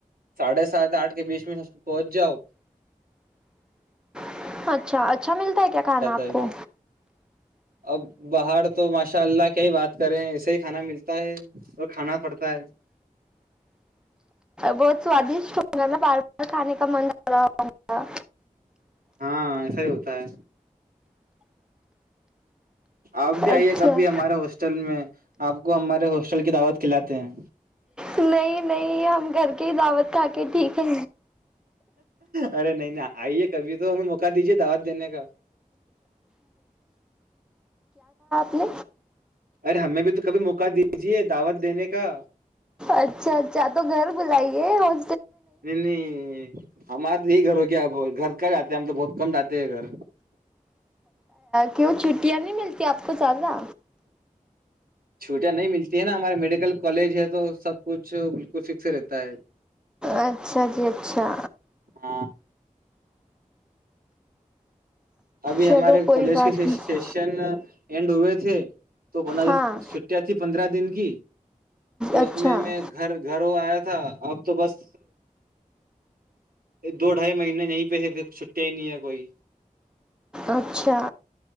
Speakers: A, on the right; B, in the centre.
A: ساڑھے سات آٹھ کے بیچ میں بجاؤ
B: اچا اچھا اچھا ملتا ہے کیا کھانا آپ
A: ہے
B: کو
A: اب باہر تو ماشاء اللہ کی ہی بات کریں ایسے ہی کھانا ملتا ہے اور کھانا پڑتا ہے
B: بہت سوادش بار بار کھان کا من کر رہا ہوگا
A: ہاں ایسا ہی ہوتا ہے آپ بھی آئیے
B: اچھا
A: کب بھی ہمارے ہاسٹل میں آپ کو ہمارے ہاسٹل کی دعوت کھلاتے ہیں
B: نہیں نہیں ہم گھر کے ہی دعوت کھا کے ٹھیک ہے
A: ارے نہیں نہیں آئیے کبھی تو ہمیں موقع دیجیے دعوت دینے کا
B: ہی
A: ارے ہمیں بھی تو کبھی موقع دیجیے دعوت دینے کا
B: اچھا اچھا تو گھر بلائیے اور
A: ننی ہمار تو یہی گھر ہو گیا ب گھر کا جاتے ہیں ہم تو بہت کم جاتے ہیں گھر
B: کیوں چھٹیاں نہیں ملتی آپ کو زیادہ
A: چھوٹیاں نہیں ملتی ہے نا ہمارے میڈیکل کالج ہے تو سب کچھ بالکل فکس رہتا ہے
B: اچھا جی اچھا
A: ہاں ابھی
B: چلو
A: ہمارے
B: کوئی
A: کالج
B: بات
A: کے سیشن
B: نہیں
A: اینڈ ہوئے تھے تو پندرہ
B: ہاں
A: دن چھٹیاں تھی پندرہ دن کی تو
B: اچھا
A: اس میں میں گھر گھروں آیا تھا اب تو بس دو ڈھائی مہنے یہیں پہ ہے پھر چھٹیاں ہی نہیں ہے کوئی
B: اچھا